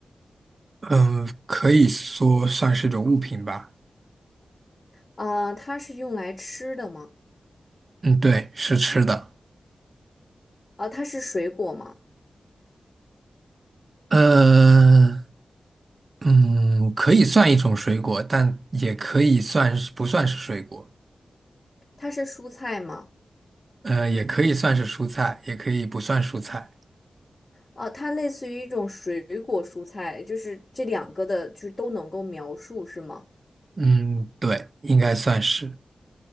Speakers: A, on the right; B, on the left.
A: 嗯，可以说算是种物品吧。
B: 啊、它是用来吃的吗？
A: 嗯，对，是吃的。
B: 啊、它是水果吗？
A: 呃，嗯，可以算一种水果，但也可以算是不算是水果，
B: 它是蔬菜吗？
A: 呃，也可以算是蔬菜，也可以不算蔬菜。
B: 啊、它类似于一种水果蔬菜，就是这两个的，就是都能够描述是吗？
A: 嗯，对，应该算是。